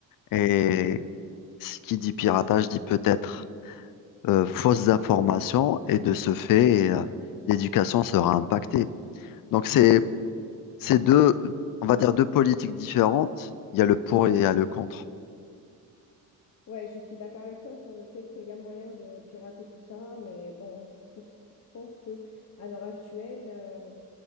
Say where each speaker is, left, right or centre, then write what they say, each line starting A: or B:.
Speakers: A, on the left; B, on the left.
A: Et ce qui dit piratage dit peut-être euh, fausses informations, et de ce fait, euh, l'éducation sera impactée. Donc c'est, c'est deux, on va dire deux politiques différentes. Il y a le pour et il y a le contre.
B: Ouais, je suis d'accord avec toi sur le fait qu'il y a moyen de pirater tout ça, mais bon, je trouve, je pense que à l'heure actuelle, euh,